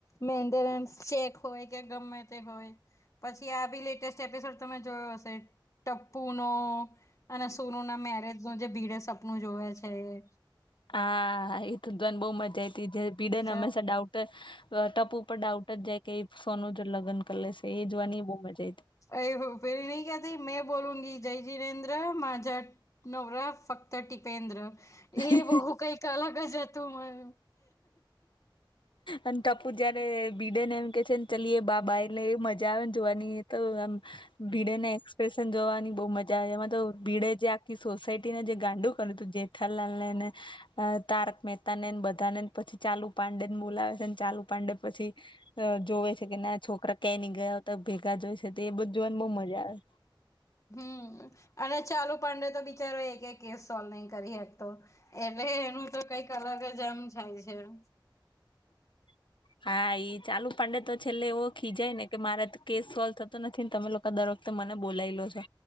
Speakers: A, on the left; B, on the left.
A: મેન્ટેનન્સ ચેક હોય કે ગમે તે હોય. પછી આ બી લેટેસ્ટ એપિસોડ તમે જોયો હશે? ટપ્પુનો અને સોનુના મેરેજનું જે ભીડે સપનું જોવે છે એ.
B: હા હા ઇ તો જોવાની બહુ મજા આઈતી જે ભીડેને
A: તે
B: હંમેશા ડાઉટ ટપુ ઉપર ડાઉટ જ જાય કે એ સોનું જોડે લગ્ન કરી લેશે એ જોવાની બહુ મજા આઇ <unintelligible>
A: એ <unintelligible> નઇ કેતી મેં બોલુંગી જય જીનેન્દ્ર માઝા <unintelligible> ફક્ત ટીપેન્દ્ર.
B: હતી
A: એ બહુ કંઇક અલગ જ હતું મન.
B: અને ટપુ જયારે ભીડેને એમ કે છે ન ચલીએ બા બાઈ ને એવી મજા આવે ને જોવાની તો આમ ભીડેને એક્સ જોવાની બહુ મજા આવે એમાં તો ભીડે જે આખી સોસાયટીને જે ગાંડુ કર્યું હતું જેઠાલાલને એને અ તારક મહેતાને ન બધાને ન પછી ચાલુ પાંડે ને બોલાવે છે ને ચાલુ પાંડે પછી જોવે છે કે ના છોકરા ક્યાય નઈ ગયા હોત ભેગા જ હોય છે તો એ બધું આમ બહુ મજા આવે.
A: હમ્મ અને ચાલુપાંડે તો બિચારો એકેય કેસ સોલ્વ નહી કરી એક તો. એટલે એનું તો કંઇક અલગ જ આમ <unintelligible>
B: <inaudible> હા ઇ ચાલુપાંડે તો છેલ્લે એવો ખીજાય ને કે મારાથી કેસ સોલ્વ થતો નથી ને તમે લોકો કે દર વખતે મને બોલાઇ લો છો.